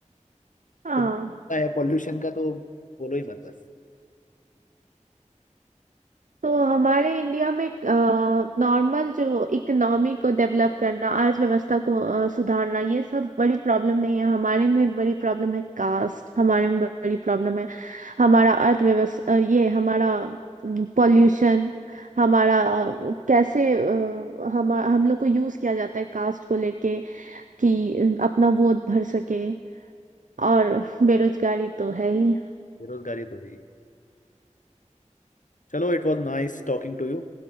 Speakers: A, on the right; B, on the left.
A: हाँ
B: तो मुझे पता है पॉल्यूशन का तो बोलो ही मत बस
A: तो हमारे इंडिया में नॉर्मल जो इकोनॉमी को डेवलप करना अर्थव्यवस्था को अ, सुधारना ये सब बड़ी प्रॉब्लम नहीं है हमारे में बड़ी प्रॉब्लम है कास्ट हमारे में बड़ी प्रॉब्लम है हमारा अर्थव्यवस्था ये हमारा पॉल्यूशन हमारा अ, कैसे अ, हम हम लोग को यूज किया जाता है कास्ट को लेके कि अपना वोट भर सके और बेरोजगारी तो है ही
B: बेरोजगारी तो है ही चलो it was nice talking to you